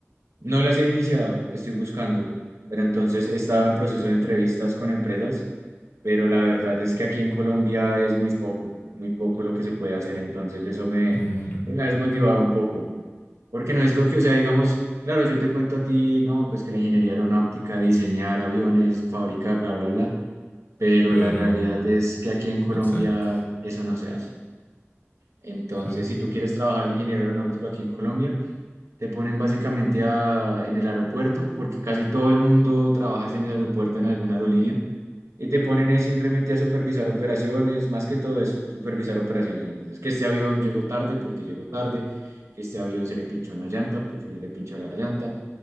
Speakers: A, on the right; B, on the left.
A: no las he iniciado, estoy buscando, pero entonces he estado en proceso de entrevistas con empresas, pero la verdad es que aquí en Colombia es muy poco, muy poco lo que se puede hacer, entonces eso me,
B: Claro,
A: me ha desmotivado un poco. Porque no es lo que, o sea, digamos, claro, yo te cuento a ti, no, pues que la ingeniería aeronáutica, diseñar aviones, fabricar, bla, bla, bla, pero
B: pero,
A: la realidad es que aquí en Colombia
B: exacto,
A: eso no se hace. Entonces,
B: claro.
A: si tú quieres trabajar de ingeniero aeronáutico aquí en Colombia, te ponen básicamente a, en el aeropuerto, porque casi todo el mundo trabaja en el aeropuerto en alguna aerolínea, y te ponen es simplemente a supervisar operaciones, más que todo eso, supervisar operaciones. Entonces, que este avión llegó tarde porque llegó tarde, que este avión se le pinchó una llanta porque se le pinchó la llanta,